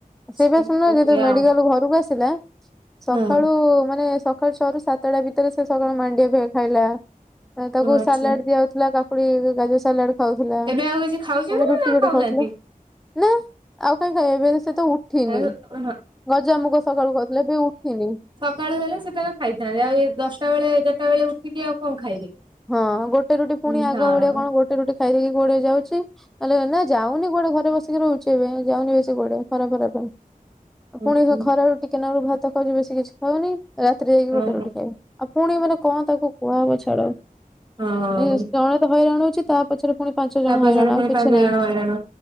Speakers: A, in the centre; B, on the right.
A: ସେଇପା
B: ସେଇଆ
A: ଶୁଣୁନ ଯେତେବେଳେ ମେଡିକାଲରୁ
B: ଆଉ
A: ଘରକୁ ଆସିଲା ସକାଳୁ
B: ହଁ
A: ମାନେ ସକାଳ ଛଅ ରୁ ସାତଟା ଭିତରେ ସେ ସକାଳ ମାଣ୍ଡିଆ ଦିଆ ଖାଇଲା ତାକୁ
B: ହଁ ଆଚ୍ଛା
A: ସାଲାଡ ଦିଆଯାଉଥିଲା। ଫୁଣି ଗାଜର ସାଲାଡ ଖାଉଥିଲା
B: ଏବେ ଆଉ କିଛି ଖାଉଛନ୍ତି
A: ପୁଣି ରୁଟି
B: ନା
A: ଗୋଟେ
B: ଖାଉନାହାନ୍ତି
A: ଖାଉଥିଲା। ନା ଆଉ କାଇଁ ଖାଇବ ଏବେ ସେ ତ ଉଠିନି
B: ହଁ
A: ଗଜାମୁଗ ସକାଳୁ ଖାଉଥିଲା ସେ ବି ଉଠିନି।
B: ସକାଳୁ ହେଲେ ସେ ତାଙ୍କ ଖାଇଥାନ୍ତେ ଆଉ ଏ ଦଶଟା ବେଳେ ଏଗାରଟା ବେଳେ ଉଠିକି ଆଉ କଣ ଖାଇବେ?
A: ହଁ ଗୋଟେ ରୁଟି
B: ହଁ
A: ପୁଣି ଆଗ ଭଳିଆ କଣ ଗୋଟେ ରୁଟି ଖାଇଦେଇକି କୋଉଆଡେ ଯାଉଛି? ହେଲେ ନା ଯାଉନି କୁଆଡେ ଘରେ ବସିକି ରହୁଛି ଏବେ ଯାଉନି ବେଶୀ କୁଆଡେ ଖରା ଫରା ପାଇଁ।
B: ହଁ
A: ପୁଣି ଖରା ରୁଟି କେନାରୁ ଭାତ ଖାଉଛି ବେଶୀ କିଛି ଖାଉନି ରାତିରେ ଯାଇକି
B: ହଁ
A: ଗୋଟେ ରୁଟି ଖାଇବ। ଆଉ ପୁଣି ମାନେ କଣ ତାକୁ କୁହାହବ ଛାଡ
B: ହଁ
A: ଜଣେ ତ ହଇରାଣ ହଉଛି ତା ପଛରେ ପୁଣି ପାଞ୍ଚ
B: ତା
A: ଜଣ
B: ପଛରେ
A: ହଇରାଣ
B: ପୁଣି
A: ଆଉ କିଛି
B: ପାଞ୍ଚ
A: ନାହିଁ
B: ଜଣ ହଇରାଣ